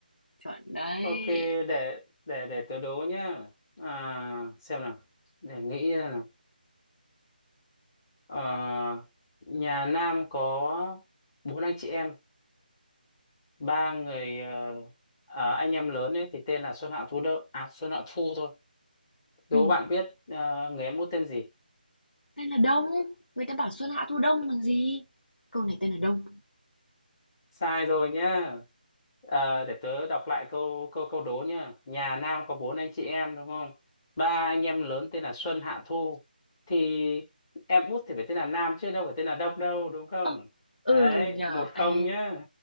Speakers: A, on the left (about 75°); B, on the left (about 20°).
A: chuẩn đấy.
B: Ok để để để tớ đố nhá. À, xem nào. Để nghĩ ra nào. Ờ, nhà Nam có bốn anh chị em, ba người ờ, à, anh em lớn ấy thì tên là Xuân Hạ Thu Đậu. À Xuân Hạ Thu thôi. Đố
A: Ừ,
B: bạn biết ờ, người em út tên gì?
A: tên là Đông. Người ta bảo xuân hạ thu đông bằng gì? Câu này tên là Đông.
B: sai rồi nhá Ờ, để tớ đọc lại câu câu câu đố nhá nhà Nam có bốn anh chị em đúng không ba anh em lớn tên là Xuân Hạ Thu thì em út thì phải tên là Nam chứ đâu phải tên là Đông đâu đúng không
A: Ơ, ừ
B: đấy
A: nhở,
B: một
A: ê.
B: không nhá